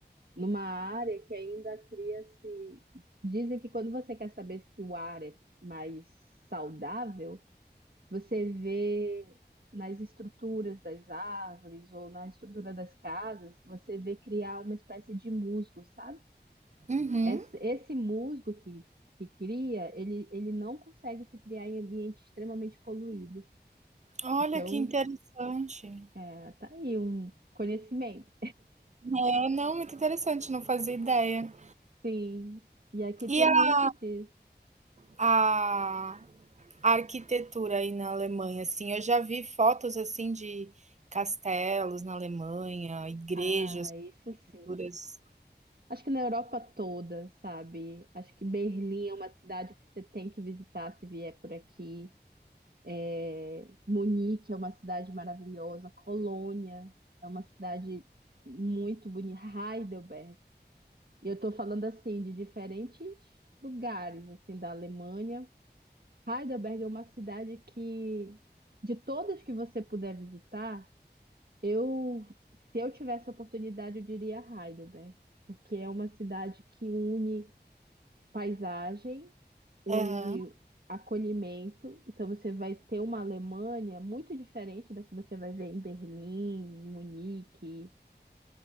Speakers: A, on the right; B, on the right.
A: numa área que ainda cria-se. Dizem que quando você quer saber se o ar é mais saudável, você vê nas estruturas das árvores ou na estrutura das casas, você vê criar uma espécie de musgo, sabe?
B: Uhum.
A: Esse, esse musgo que, que cria, ele, ele não consegue se criar em ambiente extremamente poluído.
B: Olha
A: Então,
B: que interessante.
A: é, tá aí um conhecimento.
B: É, não, muito interessante, não fazia ideia.
A: Sim, e aqui
B: E
A: tem
B: a,
A: muito disso.
B: a a arquitetura aí na Alemanha, assim, eu já vi fotos assim de castelos na Alemanha, igrejas,
A: Ah, isso
B: arquiteturas.
A: sim. Acho que na Europa toda, sabe? Acho que Berlim é uma cidade que você tem que visitar se vier por aqui. É, Munique é uma cidade maravilhosa. Colônia é uma cidade muito bonita. Heidelberg. E eu estou falando assim de diferentes lugares assim da Alemanha. Heidelberg é uma cidade que de todas que você puder visitar, eu se eu tivesse a oportunidade, eu diria Heidelberg, porque é uma cidade que une paisagem, une
B: Aham,
A: acolhimento. Então você vai ter uma Alemanha muito diferente da que você vai ver em Berlim, Munique,